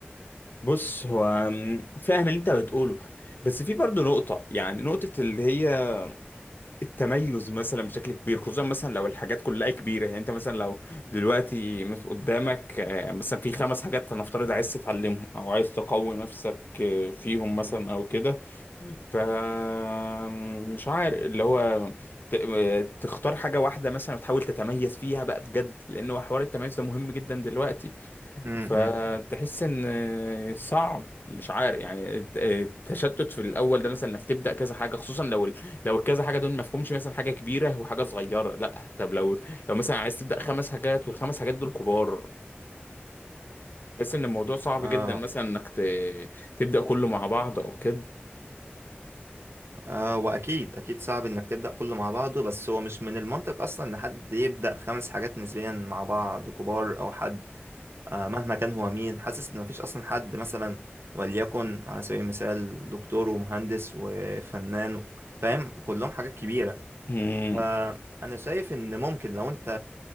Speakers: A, on the left (about 55°); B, on the right (about 75°).
A: بص هو مم، فاهم اللي انت بتقوله بس في برضو نقطة يعني نقطة اللي هي التميز مثلا بشكل كبير خصوصا مثلا لو الحاجات كلها كبيرة يعني انت مثلا لو دلوقتي مس- قدامك آه، مثلا في خمس حاجات هنفترض عايز تتعلمهم او عايز تقوي نفسك آه، فيهم مثلا او كده فمش عارف اللي هو ت- تختار حاجة واحدة مثلا وتحاول تتميز فيها بقى بجد لأن هو حوار التميز ده مهم جدا دلوقتي
B: امم
A: فتحس إن صعب مش عارف يعني الت- التشتت في الأول ده مثلا إنك تبدأ كذا حاجة خصوصا لو ال- لو الكذا حاجة دول مفهومش مثلا حاجة كبيرة وحاجة صغيرة لا طب لو لو مثلا عايز تبدأ خمس حاجات والخمس حاجات دول كبار تحس إن الموضوع صعب
B: امم
A: جدا مثلا إنك ت- تبدأ كله مع بعض أو كده
B: آه واكيد اكيد صعب انك تبدا كله مع بعضه بس هو مش من المنطق اصلا ان حد يبدا خمس حاجات نسبيا مع بعض كبار او حد آه مهما كان هو مين حاسس ان مفيش اصلا حد مثلا وليكن على سبيل المثال دكتور ومهندس وفنان فاهم كلهم حاجات كبيره
A: امم
B: فانا شايف ان ممكن لو انت